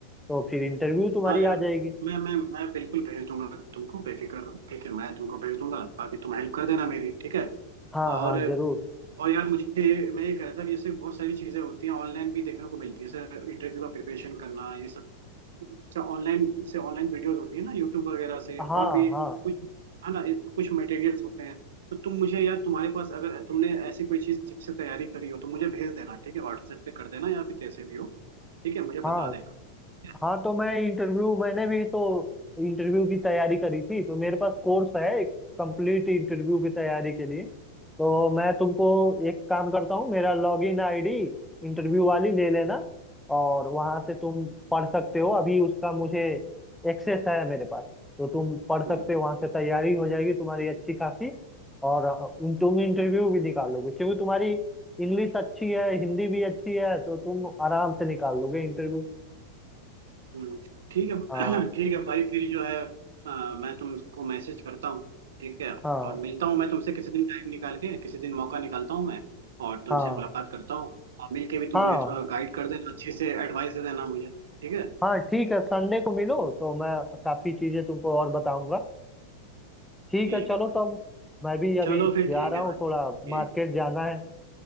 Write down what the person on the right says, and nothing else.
हाँ यार
मैं मैं मैं बिल्कुल भेज दूंगा तुमको बेफिक्र रहो ठीक है मैं तुमको भेज दूंगा बाकी तुम हेल्प कर देना मेरी ठीक है
और
और यार मुझे मैं ये कह रहा था कि जैसे बहुत सारी चीजें होती हैं ऑनलाइन भी देखने को मिलती है जैसे इंटरव्यू का प्रिपरेशन करना ये सब से ऑनलाइन से ऑनलाइन वीडियोस होती है ना यूट्यूब वगैरह से
और भी कुछ
है ना कुछ मटेरियल्स होते हैं तो तुम मुझे यार तुम्हारे पास अगर तुमने ऐसी कोई चीज जिससे तैयारी करी हो तो मुझे भेज देना ठीक है व्हाट्सएप पे कर देना या फिर जैसे भी हो ठीक है मुझे
बता देना ठीक है
हम्म
हम्म, ठीक है
<clears throat> ठीक है भाई फिर जो है अ, मैं तुमको मैसेज करता हूँ ठीक है
और मिलता हूँ मैं तुमसे किसी दिन टाइम निकाल के किसी दिन मौका निकालता हूँ मैं और तुमसे
मुलाकात करता हूँ और मिल के भी तुम
मुझे थोड़ा गाइड कर देना अच्छे से एडवाइस दे देना मुझे ठीक है
ठीक
है भाई
चलो फिर
ठीक
है
भाई
ठीक